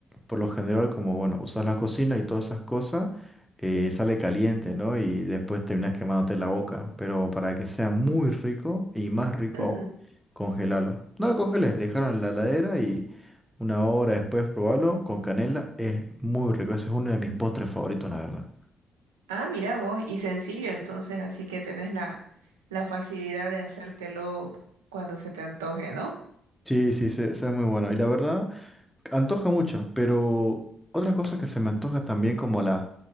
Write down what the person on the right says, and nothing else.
Ujú.
Ah, mira vos. Y sencillo, entonces, así que tenés la, la facilidad de hacértelo cuando se te antoje, ¿no?